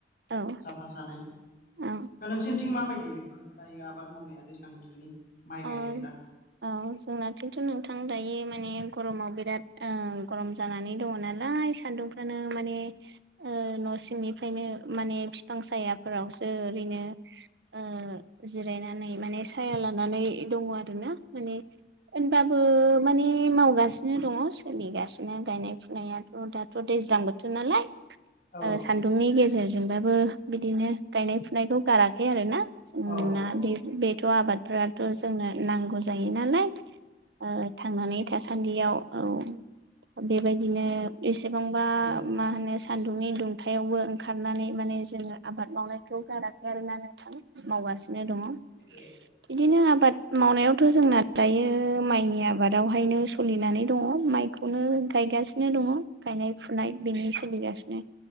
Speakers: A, on the right (about 75°); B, on the left (about 50°).
A: औ
B: साफा सानै।
A: औ
B: दा नोंसोरनिथिं माबायदि बेफोर दायो आबाद मावनाया दैज्लां बोथोरनि माइ
A: अ
B: गायनायफोरा?
A: औ जोंनाथिंथ' नोंथां दायो माने गरमाव बिराद गरम ओ जानानै दंङ नालाय। सान्दुंफ्रानो माने ओ न' सिंनिफ्रायनो माने बिफां सायाफोरावसो ओरैनो ओ जिरायनानै माने साया लानानै दंङ आरोना माने होनबाबो माने मावगासिनो दंङ सोलिगासिनो गायनाय फुनायाथ' दा। थ' दैज्लां बोथोर नालाय।
B: औ
A: ओ सान्दुंनि गेजेरजोंबाबो बिदिनो गायनाय फुनायखौ गाराखै आरोना जोंना
B: औ औ
A: बे बेथ' आबादफोरा थ' जोंनो नांगौ जायो नालाय। औ थांनानै थासान्दियाव औ। बेबायदिनो एसेबांबा
B: औ
A: मा होनो सान्दुंनि दुंथा हुखायावबो ओंखारनानै माने जोंङो आबाद मावनायखौ गाराखै आरोना नोंथां मावगासिनो दंङो।
B: ए।
A: बिदिनो आबाद मावनायावथ' जोंना दायो माइनि आबादावहायनो सलिनानै दंङ माइखौनो गायगासिनो दंङ। गायनाय फुनाय बिनि सोलिगासिनो